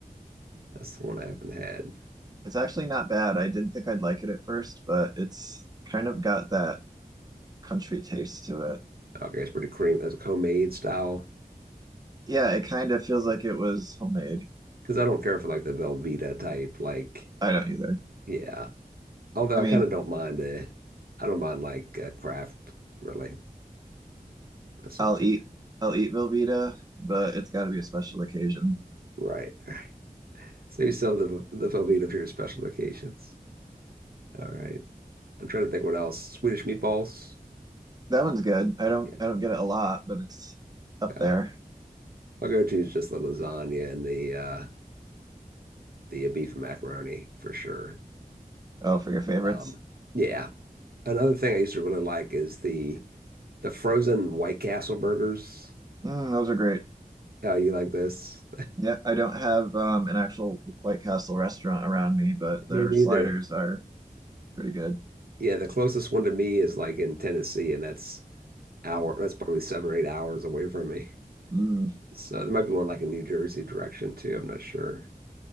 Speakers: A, on the right; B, on the right.
A: That's the one I haven't had.
B: It's actually not bad. I didn't think I'd like it at first, but it's kind of got that country taste to it.
A: Okay, it's pretty cream. It's homemade style.
B: Yeah, it kind of feels like it was homemade.
A: Because I don't care for like the Velveeta type. Like,
B: I don't either.
A: yeah. Although
B: I
A: I
B: mean,
A: kind of don't mind. Uh, I don't mind like uh, craft. Really, that's
B: I'll
A: not too
B: eat I'll eat Velveeta, but it's got to be a special occasion.
A: right. Right. So you sell the the Velveeta for your special occasions. All right. I'm trying to think what else. Swedish meatballs.
B: That one's good. I don't
A: Yeah.
B: I don't get it a lot, but it's up
A: Yeah.
B: there.
A: My go-to is just the lasagna and the uh the beef and macaroni for sure.
B: Oh, for your favorites.
A: Um, yeah. Another thing I used to really like is the the frozen White Castle burgers.
B: Mm, those are great.
A: Oh, you like this?
B: Yeah, I don't have um, an actual White Castle restaurant around me, but their
A: Me neither.
B: sliders are Pretty good.
A: Yeah, the closest one to me is like in Tennessee, and that's hour, that's probably seven or eight hours away from me.
B: Mm,
A: So there might be one like in New Jersey direction too. I'm not sure.